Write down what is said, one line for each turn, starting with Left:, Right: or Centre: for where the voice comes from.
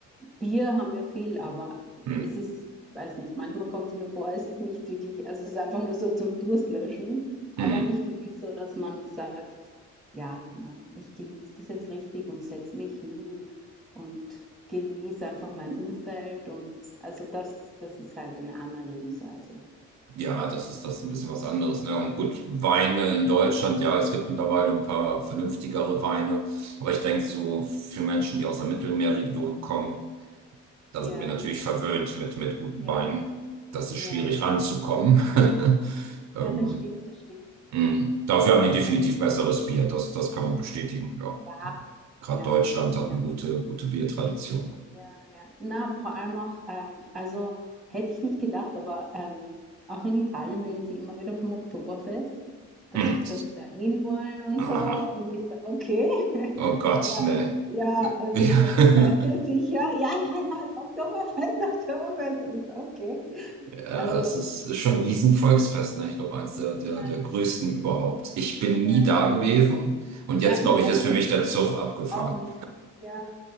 Centre: Bier haben wir viel, aber
Right: Hm,
Centre: es ist, weiß nicht, manchmal kommt es mir vor, es ist nicht wirklich, also es ist einfach nur so zum Durstlöschen, aber
Right: hm.
Centre: nicht wirklich so, dass man sagt, ja, na, ich genieße das jetzt richtig und setze mich hin und, und genieße einfach mein Umfeld und also das, das ist halt eine andere Lebensweise.
Right: Ja, das ist das ist ein bisschen was anderes, ne? Und gut, Weine in Deutschland, ja, es gibt mittlerweile ein paar vernünftigere Weine. Aber ich denke, so
Centre: Ja,
Right: für Menschen, die aus der Mittelmeerregion kommen, da
Centre: ja
Right: sind wir natürlich
Centre: es ist.
Right: verwöhnt mit, mit guten
Centre: Ja,
Right: Weinen.
Centre: ja,
Right: Das ist
Centre: ja,
Right: schwierig
Centre: ja.
Right: ranzukommen. <laughs> Ähm,
Centre: Ja, das stimmt, das stimmt.
Right: mh. Dafür haben die definitiv
Centre: Also
Right: besseres Bier. Das, das kann man bestätigen, ja.
Centre: ja,
Right: So, Gerade
Centre: ja,
Right: Deutschland
Centre: sicher.
Right: hat eine gute, gute Biertradition.
Centre: Ja, ja. Na, vor allem auch, ähm, also hätte ich nicht gedacht, aber ähm, auch in Italien reden sie immer wieder vom Oktoberfest, dass,
Right: Mhm.
Centre: dass sie da hinwollen und
Right: Aha.
Centre: so. Und ich so, okay, <laughs>
Right: Oh Gott,
Centre: weil,
Right: ne.
Centre: ja, und ich
Right: <laughs>
Centre: so, seid ihr sicher? Ja, ja, ja, Oktoberfest, <laughs> Oktoberfest. Und ich so, okay.
Right: Ja,
Centre: Also,
Right: es ist ist schon ein Riesenvolksfest, ne? Ich glaube, eins der, der,
Centre: ja,
Right: der
Centre: ja,
Right: größten überhaupt. Ich bin
Centre: ja,
Right: nie da
Centre: ja.
Right: gewesen und
Centre: Ja,
Right: jetzt, glaube
Centre: ich
Right: ich,
Centre: ehrlich
Right: ist für
Centre: gesagt
Right: mich der Zug abgefahren.
Centre: Auch nicht. Ja,